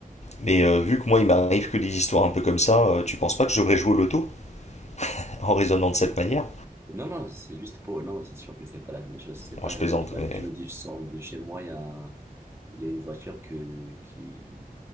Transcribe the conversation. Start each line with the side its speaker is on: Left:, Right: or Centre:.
Left: Mais euh, vu que moi, il m'arrive que des histoires un peu comme ça, euh, tu penses pas que je devrais jouer au loto <laughs> en raisonnant de cette manière?
Right: Non, non, c'est juste pour... Non, non, c'est sûr que c'est pas la même chose. C'est
Left: Alors,
Right: pas...
Left: je plaisante,
Right: Tu vois,
Left: mais
Right: tu me dis, je sors de chez moi, il y a... il y a une voiture que... qui